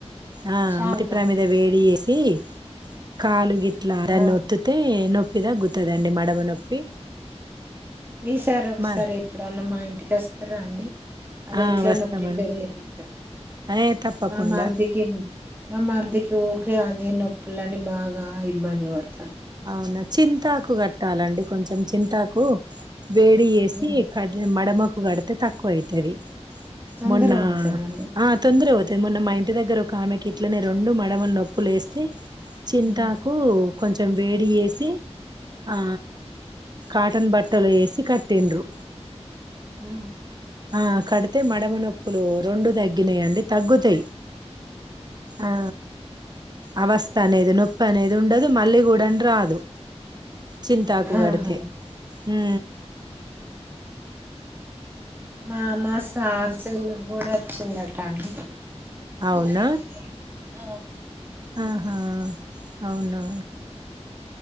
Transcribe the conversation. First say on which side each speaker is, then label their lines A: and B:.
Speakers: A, on the right; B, on the right.
A: ఆ
B: శాంత
A: మట్టి ప్రమీద వేడి వేసి కాలు గిట్లా దాన్నీ
B: ఆ
A: వోత్తితే నొప్పి ఇద గు తదండి మడమ నొప్పి
B: ఈసారి ఒకసారి
A: మ
B: ఎప్పుడన్నా మా ఇంటికి వస్తారా అండి ఆది
A: ఆ
B: ఎట్లనో
A: వస్తామండి
B: ప్రిపేర్ చెపిత్తర అండి
A: ఏ తప్పకుండా
B: నా మరిదికి నా మరిదికి ఊ అదే నొప్పులని బాగా ఇబ్బంది పడత
A: అవునా చి చింతాకు కట్టాలండి కొంచెం చింతాకు వేడి చేసి
B: ఉమ్
A: క మడమకు కు కడితే తక్కువ అయతది
B: తొందర
A: మొన్న
B: అవుతదండి
A: ఆ తొందర ఓత మొన్న మా ఇంటి దగ్గర ఒక ఆమెకి ఇట్లనే రెండు మడమలు నొప్పులు వేస్తే చింతాకు
B: ఉమ్
A: కొంచెం వేడి వేసి ఆ కాటన్ బట్టలు వేసి కట్ టీండ్రు
B: హు
A: ఆ కడితే మడమ నొప్పులు రెండు తగ్గినాయండి తగ్గుతాయి ఆ అవస్థ అనేది నొప్పి అనేది ఉండదు మళ్ళీ కూడా రాదు చింతాకు కడితే
B: ఆహా
A: హు
B: మామా సార్చలు కూడా వచ్చిందట అండి
A: అవునా
B: <inaudible> ఆ
A: ఆహా అవునా